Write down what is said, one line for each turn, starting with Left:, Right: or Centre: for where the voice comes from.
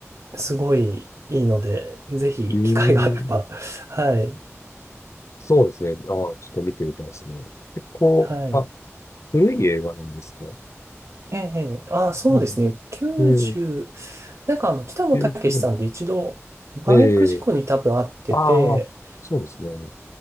Right: すごいいいので、ぜひ機会があれば、
Left: うーん。
Right: <laughs> はい、
Left: そうですね。ああ、ちょっと見てみたいですね。結構、
Right: はい。
Left: あ、古い映画なんですか
Right: ええ、ああ、そうですね。
Left: うん。
Right: 90、
Left: ええ、
Right: なんかあの、北野武さんで一度、
Left: 90年代。
Right: バイク事故に多分あってて、
Left: ええ、ああ、そうですね。